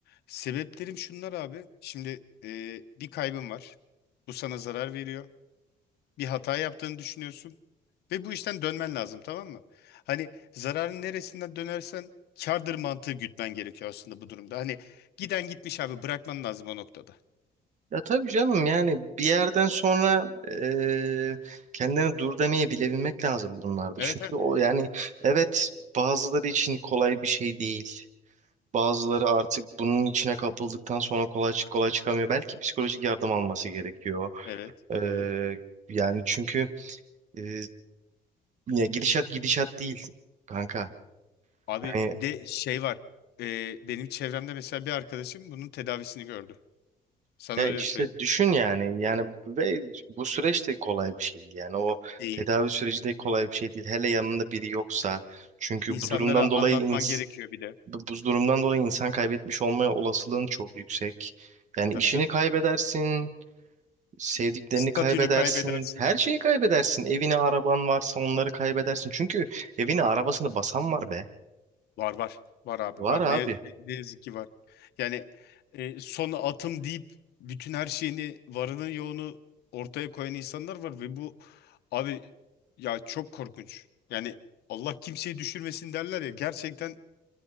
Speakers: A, on the left (about 80°); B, on the right (about 45°).
A: Sebeplerim şunlar abi. Şimdi e, bir kaybın var. Bu sana zarar veriyor. Bir hata yaptığını düşünüyorsun. Ve bu işten dönmen lazım tamam mı? Hani zararın neresinden dönersen kârdır mantığı gütmen gerekiyor aslında bu durumda. Hani giden gitmiş abi bırakman lazım o noktada.
B: Ya tabii canım yani bir yerden sonra eee kendine dur demeyi bilebilmek lazım bunlarda.
A: Evet
B: Çünkü
A: evet.
B: o yani evet bazıları için kolay bir şey değil. Bazıları artık bunun içine kapıldıktan sonra kolay çık kolay çıkamıyor. Belki psikolojik yardım alması gerekiyor.
A: Evet
B: Eee,
A: evet.
B: yani çünkü eee, ya gidişat gidişat değil kanka.
A: Abi
B: Hani
A: bir de şey var. Ee, benim çevremde mesela bir arkadaşım bunun tedavisini gördü. Sana
B: Ya
A: öyle
B: işte
A: söyleyeyim.
B: düşün yani yani ve bu süreç de kolay bir şey değil yani o
A: Değil.
B: tedavi süreci de kolay bir şey değil hele yanında biri yoksa çünkü
A: İnsanlara
B: bu durumdan dolayı
A: anlatman
B: ins-
A: gerekiyor bir de.
B: bu bu durumdan dolayı insan kaybetmiş olma olasılığın çok yüksek yani
A: Tabii
B: işini
A: canım.
B: kaybedersin sevdiklerini
A: Statünü
B: kaybedersin
A: kaybedersin.
B: her şeyi kaybedersin evini araban varsa onları kaybedersin çünkü evini arabasını basan var be
A: Var var. Var abi
B: var
A: var.
B: abi
A: Ne, ne, ne yazık ki var. Yani e, son atım deyip bütün her şeyini varını yoğunu ortaya koyan insanlar var ve bu abi ya çok korkunç. Yani Allah kimseyi düşürmesin derler ya gerçekten